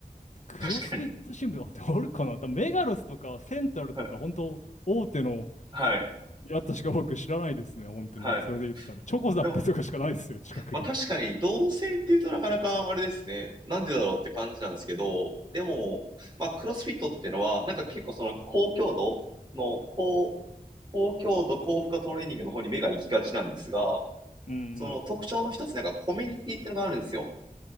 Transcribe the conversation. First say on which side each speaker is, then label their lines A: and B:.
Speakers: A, on the left; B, on the right.
A: クロスフィットジムあってあるかな多メガロスとかセントラルとか、
B: 確かにはい。
A: 本当大手の
B: はい。
A: 出会ったしか僕知らないですね、本当に。
B: はい。
A: それで言ったら。チョコザップとかしかないですよ、
B: でも
A: 近くに。
B: まあ確かに、動線っていうとなかなかあれですね。なんでだろうって感じなんですけど、でも、まあクロスフィットっていうのは、なんか結構その高強度の高、高強度高負荷トレーニングの方に目が行きがちなんですが、
A: うんうん。
B: その特徴の一つ、なんかコミュニティっていうのがあるんですよ。